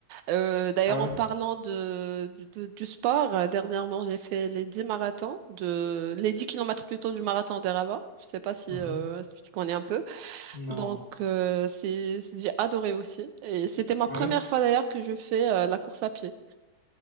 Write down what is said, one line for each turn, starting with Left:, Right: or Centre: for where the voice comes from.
Right: Euh, d'ailleurs,
Left: Ah
Right: en
Left: ouais?
Right: parlant de, de- de- du sport, euh, dernièrement, j'ai fait les dix marathons, de, les 10 kilomètres plutôt du marathon des Rabat. Je ne sais pas si,
Left: Mhm.
Right: euh, si tu connais un peu.
Left: Non.
Right: Donc, euh, c'est, c'est- j'ai adoré aussi. Et c'était ma première
Left: Ouais.
Right: fois d'ailleurs que je fais euh, la course à pied.